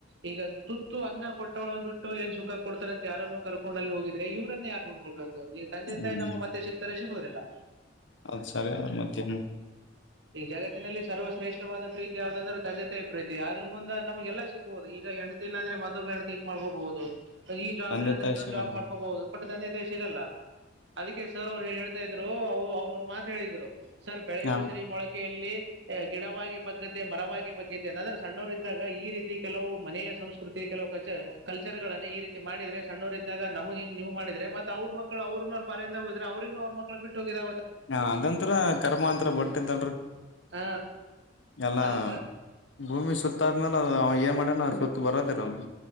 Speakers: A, on the right; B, on the left.
A: ಈಗ ತುತ್ತು ಅನ್ನ ಕೊಟ್ಟವಳ್ ಬಿಟ್ಟು ಏನ್ ಸುಖ ಕೊಡ್ತಾರಂತ ಯಾರನ್ನು ಕರ್ಕೊಂಡಲ್ಲಿ ಹೋಗಿದ್ರೆ ಇವ್ರನ್ನ ಯಾರು ನೋಡ್ಕೊಳ್ಬೇಕು ಈಗ ತಂದೆ ತಾಯಿ
B: ಹ್ಮ್
A: ನಮ್ಮ ಮತ್ತೆ ಸಿಗ್ತಾರೆ ಸಿಗುವುದಿಲ್ಲ
B: ಅದ್ ಸರಿ ಅದ್ರ ಮತ್ತೆ
A: ಈಗ ಜಗತ್ತಿನಲ್ಲಿ ಸರ್ವ ಶ್ರೇಷ್ಠವ ಪ್ರೀತಿ ಯಾವ್ದಂದ್ರ ತಂದೆ ತಾಯಿ ಪ್ರೀತಿ ಅದ್ರ ಮುಂದ ನಮಗೆಲ್ಲ ಸಿಗ್ಬಹುದು ಈಗ ಹೆಣತಿಲ್ಲ ಅಂದ್ರೆೆ ಣತಿಕ್ ಮಾಡ್ಕೋಬಹುದು ಈ ಜಾಬ್
B: ತಂದೆ
A: ಇಲ್ಲಂದ್ರೆ
B: ತಾಯಿ
A: ಇನ್ನೊಂದು
B: ಸಿಗಲ್
A: ಜಾಬ್
B: ಹ
A: ಮಾಡ್ಕೋಬಹುದು ಟ್ಟ ತಂದ ಸಿಗಲ್ಲ ಅದಕ್ಕೆ ಸರ್ ಅವ್ರು ಹೇಳ ಹೇಳ್ತಾ ಇದ್ರು ಅವರು ಅವ್ರ ಒಂದು ಮಾತತ್ ಹೇಳಿದ್ರು ಸರ್ ಬೆಳಿುವ
B: ಹ
A: ಸರಿ ಮೊಳಗ್ ಗಿಡವಾಗಿ ಬಗ್ುತ್ತೆ ಮರವಾಗಿ ಬಗ್ತೆೆ ಅಂತಂದ್ರೆ ಸಣ್ಣರು ಇದ್ದಾಗ ಈ ರೀತಿ ಕೆಲವು ಮನೆಯ ಸಂಸ್ಕೃತಿ ಕೆಲವು ಕ ಕಲ್ಚರ್ ನ್ನ ಈ ರೀತಿ ಮಾಡಿದ್ರೆ ಸಣ್ಣವರ ಇದ್ದಾಗ ನಮಗೆ ಹಿಂಗ್ ನೀವು ಮಾಡಿದ್ರೆ ಮತ್ತ ಅವ್ರ ಮಕ್ಕಳ ಅವ್ರನು ಅ ಫಾರಿಂದಾಗ ಹೋದ್ರೆ ಅವ್ರಿೂ ಅವ್ರ ಮಳ ಬಿಟ್ಟ ಹೋಗಿದ
B: ಹ ಅದಂಂತತ್ರ ಕರ್ಮಾಂಂತರ ಬಟ್ಟಿದ್ದಲ್ರಿ
A: ಹ.
B: ಎಲ್ಲಾ
A: ಅದಕ್ಕ
B: ಭೂಮಿ ಸುತ್ತ ಸತ್ತಾದ್ಮೇಲೆ ಏನು ಮಾಡೇಣ ಸುತ್ತು ಬರೋದಿರ ಅವ್ ನಿ